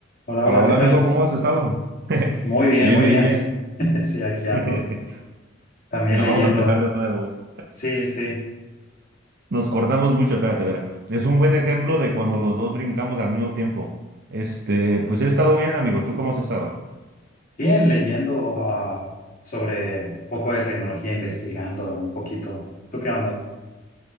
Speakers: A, on the left (about 50°); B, on the right (about 55°).
A: Hola,
B: Hola,
A: hola,
B: hola
A: ¿qué tal?
B: amigo, ¿cómo has estado? <laughs>
A: Muy bien,
B: Bien,
A: muy
B: bien,
A: bien.
B: bien.
A: <laughs> Sí, aquí
B: <laughs>
A: ando. También
B: Mira,
A: leyendo,
B: vamos a empezar de nuevo.
A: sí, sí,
B: Nos cortamos mucho, espérate, espera. Es un buen ejemplo de cuando los dos brincamos al mismo tiempo. Este, pues he
A: sí.
B: estado bien, amigo. ¿Tú cómo has estado?
A: Bien, leyendo ah, sobre un poco de tecnología, investigando un poquito. ¿Tú qué onda?